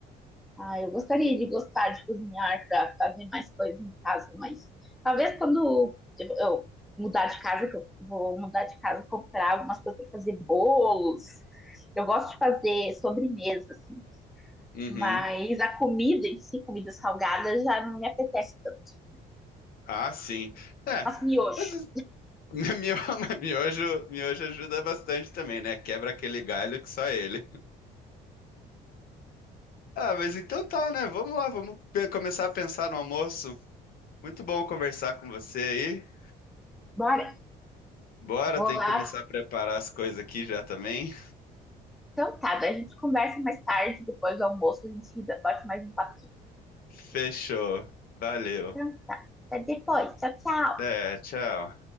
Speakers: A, in the centre; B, on the left (about 60°).
A: Ah, eu gostaria de gostar de cozinhar para fazer mais coisas em casa, mas talvez quando eu eu mudar de casa, que eu vou mudar de casa, comprar algumas coisas para fazer bolos. Eu gosto de fazer sobremesa, assim,
B: Uhum.
A: mas a comida em si, comida salgada, já não me apetece tanto.
B: Ah, sim. É,
A: Faço miojo.
B: mas es- <laughs> mio- miojo, miojo ajuda bastante também, né? Quebra aquele galho que só ele. Ah, mas então tá, né? Vamos lá, vamos pe- começar a pensar no almoço. Muito bom conversar com você aí.
A: Bora,
B: Bora,
A: vou
B: tem
A: lá.
B: que começar a preparar as coisas aqui já também.
A: Então tá, daí a gente conversa mais tarde, depois do almoço, a gente bota mais um papinho.
B: Fechou. Valeu.
A: Então, até depois. Tchau, tchau.
B: É, tchau.